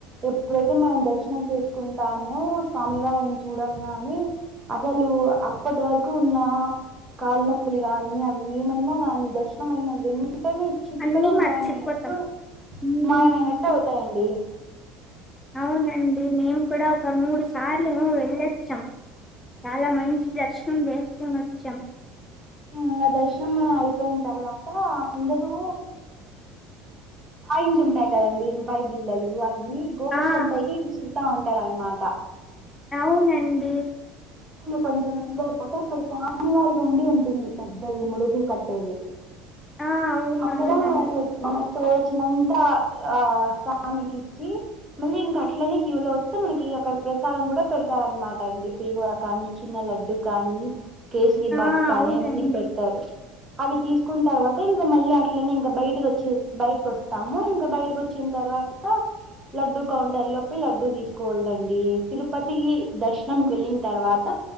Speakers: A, on the right (about 25°); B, on the left (about 15°).
A: ఎప్పుడైతే మనం దర్శనం చేసుకుంటామో స్వామివారిని చూడ కానీ అసలు అప్పటి వరకు ఉన్న కాళనొప్పులు కానీ అవి ఏమన్నా కానీ దర్శనమైనవి వెంటనే చిటుకలో
B: అన్నీ మర్చిపోతాం
A: మాయమైనట్టు
B: ఉమ్
A: మాయమైనట్టు అవుతాయండి
B: అవునండి మేము కూడా ఒక మూడు సార్లుమో వెళ్ళొచ్చాం చాలా మంచి అర్శ <unintelligible> వచ్చాం
A: ఇంకా దర్శనం అయిపోయిన తర్వాత అందరూ కాయిన్స్ ఉంటాయి కదండి రూపాయి బిల్లు మీ <unintelligible>
B: ఆ
A: పైకి విసురు వస్తా ఉంటారనమాట
B: అవునండి
A: ఆ కొంచెం ముందయిపోతే అప్పుడు స్వామి వారి ఉండి ఉంటుంది పెద్దవి ముడుపూ కట్టేవి
B: ఆ అవునవునండి
A: అక్కడా మా తోచినంత ఆ స్వామికి ఇచ్చి మళ్ళీ ఇంకా అట్లనే కివలో వస్తే మనకి అక్కడ ప్రసాదం కూడా పెడతారు అనమాట అండి పేహోర కానీ చిన్న లడ్డు కానీ కేసరి
B: ఆ
A: భాగ కానీ
B: అవునండి
A: అవన్నీ పెడతారు అవి తీసుకున్న తర్వాత ఇంకా మళ్ళీ అట్లనే ఇంకా బయటకి వచ్చి బయటకి వస్తాము ఇంకా బయటకి వచ్చిన తర్వాత లడ్డూ కౌంటర్ లో పో లడ్డూ తీసుకోవళండి తిరుపతి దర్శనం వెళ్ళిన తర్వాత